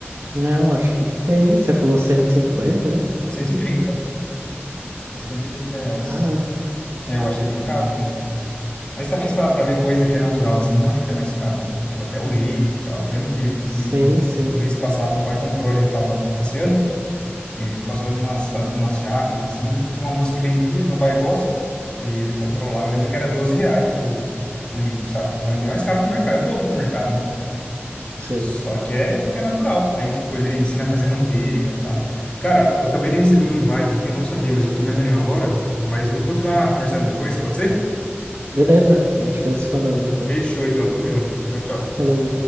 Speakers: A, on the right (about 75°); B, on the left (about 25°).
A: Não, acho que tem. Você falou 150, né?
B: cento cento e trinta
A: É
B: cento e trinta reais.
A: caro.
B: É, eu achei bem caro também. Mas também se parar pra ver coisa que é natural, assim, realmente é mais caro, né? Tipo, até o leite e tal. Eu lembro que
A: Sim,
B: no
A: sim,
B: mês passado meu pai comprou, a gente tava passeando, E a gente passou numas, fa- numas chacras, assim, e tinha uma moça que vendia, e meu pai gosta. E aí ele comprou lá. Eu lembro que era 12 reais o, o litro, sabe? Então é bem mais caro que o mercado, é o dobro do mercado, né?
A: sim.
B: Só que é, que é natural. Aí, tipo, ele ensina a fazer manteiga e tal. Cara, eu acabei de receber um invite aqui, eu não sabia, mas eu vou ter uma reunião agora. Mas vamos continuar conversando depois, pode ser?
A: Beleza, a gente vai se falando então.
B: Fechou, então. Tamo junto. Tchau, tchau.
A: Falou.